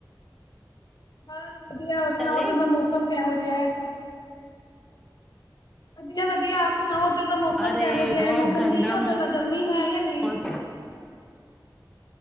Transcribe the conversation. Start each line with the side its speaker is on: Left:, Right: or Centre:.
Left: ਬਾਤ ਵਧੀਆ ਸੁਣਾਓਥ
Centre: ਚਲੇ
Left: ਦਾ ਮੌਸਮ ਕ ਹੋ ਜ ਵਧੀਆ ਵਧੀਆ ਆਪ ਸੁਣਾਓ ਉੱਧਰ ਦਾ ਮੌਸਮ
Centre: ਅਰੇ
Left: ਕਿਹੋ ਜਿਹਾ
Centre: ਬਹੁਤ
Left: ਮੌਸਮ
Centre: ਗੰਦਾ
Left: ਠੀਕ ਹੈ ਓਧਰ ਦਾ ਗਰਮੀ ਹੈ ਜਾਂ ਨਹੀਂ
Centre: ਮੌਸਮ